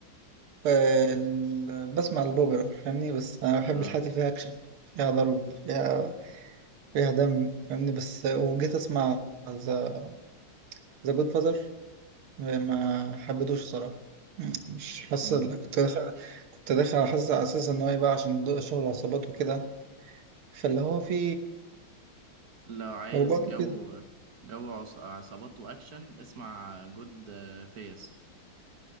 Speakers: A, on the right (about 85°); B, on the right (about 50°).
A: آه، ال- بسمع البوبرا فاهمني بس انا بحب
B: آه
A: الحاجات اللي فيها اكشن فيها ضرب فيها فيها دم فاهمني بس وجيت اسمع ذا ذا جود فازر ما حبيتوش الصراحة مم، مش حاسس
B: مم.
A: كنت داخل كنت داخل حاسس على اساس ان هو يبقى عشان ضوء شغل عصابات وكده فاللي هو في
B: لو عايز
A: حروبات
B: جو
A: وكده
B: جو عص- عصابات وأكشن اسمع جود فيس